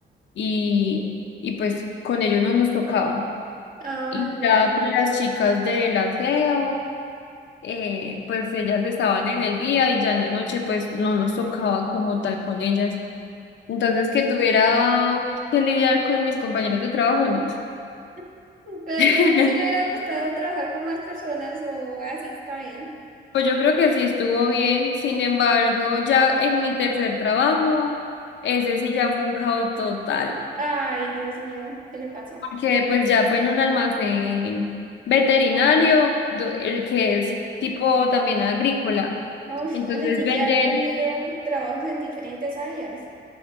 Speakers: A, on the left (about 75°); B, on the right (about 45°).
A: y, y pues con ellos no nos tocaba.
B: Ah,
A: Y
B: no,
A: ya
B: listo.
A: con las chicas del aseo, eh, pues ellas estaban en el día y ya en la noche pues no nos tocaba como tal con ellas. Entonces que tuviera que lidiar con mis compañeros de trabajo,
B: <laughs>
A: no.
B: Pero
A: <laughs>
B: entonces sí le hubiera gustado trabajar con más personas o así está bien.
A: Pues yo creo que sí estuvo bien, sin embargo, ya en mi tercer trabajo, ese sí ya fue un caos total,
B: Ay, Dios mío, ¿qué le pasó?
A: porque pues ya fue en un almacén veterinario, do- el que es tipo también agrícola.
B: Uf,
A: Entonces
B: ole, sí
A: venden
B: que ha tenido trabajos en diferentes áreas,